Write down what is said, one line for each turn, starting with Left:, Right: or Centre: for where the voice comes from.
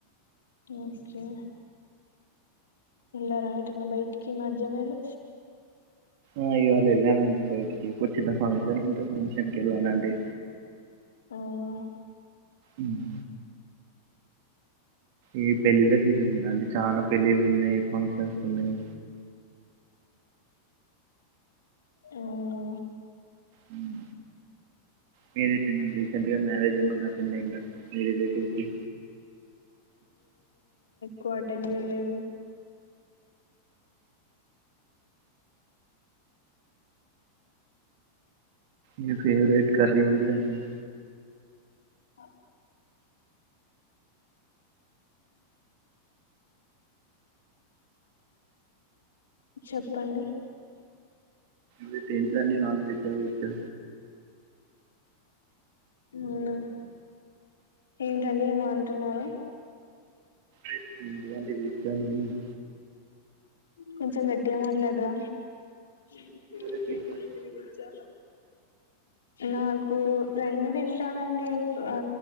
Left: ఓకే ఎల్లారా ఎటైనా బయటికి ఈ మధ్య మీరు
Right: ఆ ఇవాళ వెళ్ళామండి బయటకి ఒక చిన్న ఫంక్షన్ ఉంటే ఫంక్షన్ కి కెళ్ళనండి
Left: అవునా
Right: ఉమ్ ఈ పెళ్లిళ్ల సీజన్ కదండీ చాలా పెళ్లిళ్లు ఉన్నాయి ఫంక్షన్ న్నాయి
Left: అవునా
Right: ఉమ్ మీరు రీసెంట్ రీసెంట్ గా మ్యారేజ్ ఏమన్నా అటెండ్ అయిందా మీరు రిలేటివ్స్థీ?
Left: కాటన్ చేయలేదు
Right: మీ ఫేవరెట్ కర్రీ ఏంటిదండి?
Left: ఆ చెప్పండి
Right: విత్ ఏంటండి నాన్ వెజ్ చెయ్వచ్చా
Left: ఉమ్ ఏంటండీ ఏమో అంటున్నారు?
Right: అంటిదిఅంటే <unintelligible>
Left: కొంచెం గట్టిగా మాట్లాడరా. ఎ
Right: వెజ్జా
Left: తెరుగా తరు వచ్చా నాకు రెండు తింటానండి ఆ